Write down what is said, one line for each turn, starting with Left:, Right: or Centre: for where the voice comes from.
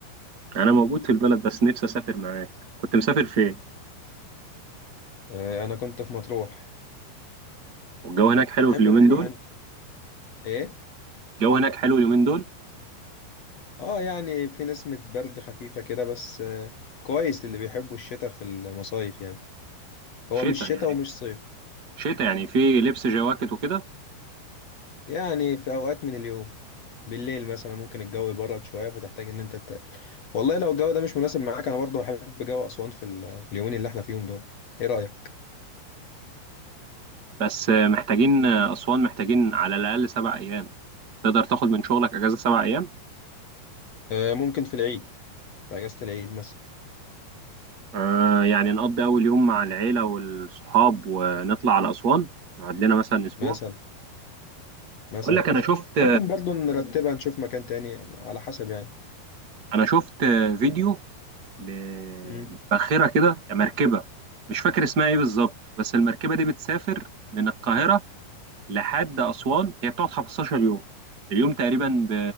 Right: يعني انا موجود في البلد بس نفسي اسافر معاك كنت مسافر فين
Left: اه انا كنت في مطروح
Right: والجو هناك حلو
Left: تحب
Right: في اليومين
Left: مطروح
Right: دول
Left: انت ايه
Right: الجو هناك حلو اليومين دول
Left: اه يعني في نسمه برد خفيفه كده بس آه كويس للي بيحبوا الشتاء في المصايف يعني
Right: شتاء
Left: هو مش شتاء
Right: يعني
Left: ومش صيف
Right: شتاء يعني في لبس جواكت وكده
Left: يعني في اوقات من اليوم بالليل مثلا ممكن الجو يبرد شويه فتحتاج ان انت تتقل والله لو الجو ده مش مناسب معاك انا برضه بحب جو اسوان في ال- في اليومين اللي احنا فيهم دول ايه رايك
Right: بس محتاجين اسوان محتاجين على الاقل سبع ايام تقدر تاخد من شغلك اجازة سبع ايام
Left: اه ممكن في العيد في اجازه العيد مثلا
Right: آه يعني نقضي اول يوم مع العيلة والصحاب ونطلع على اسوان نقعد لنا مثلا اسبوع
Left: مثلا مثلا
Right: اقول لك انا شفت
Left: ممكن برضو نرتبها نشوف مكان تاني على حسب يعني
Right: انا شفت فيديو ل-
Left: امم
Right: لباخرة كده مركبة مش فاكر اسمها ايه بالظبط بس المركبة دي بتسافر من القاهرة لحد أسوان هي بتقعد 15 يوم اليوم تقريبا ب